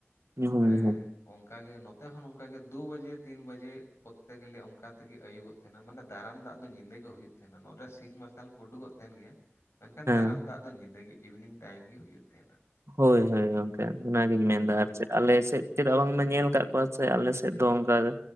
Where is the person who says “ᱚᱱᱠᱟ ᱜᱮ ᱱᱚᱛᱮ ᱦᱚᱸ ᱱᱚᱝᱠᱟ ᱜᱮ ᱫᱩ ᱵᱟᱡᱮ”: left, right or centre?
Left